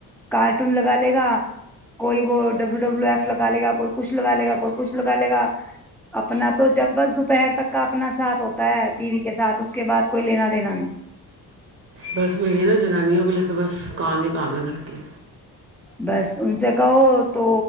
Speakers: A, in the centre; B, on the right.
A: کارٹون لگا لے گا کوئی وہ ڈبلو ڈبلو ایف لگ لے گا کوئی کچھ لگ لے گا کوئی کچھ لگا لے گا اپنا تو جگ بل دوپہر تک کا اپنا ساتھ ہوتا ہے ٹی وی کے ساتھ اس کے بعد کوئی لینا دینا نہیں
B: بس وہی ہے نا جنانیوں کے لیے تو بس کام ہی کام ہے گھر کے
A: بس ان سے کہو تو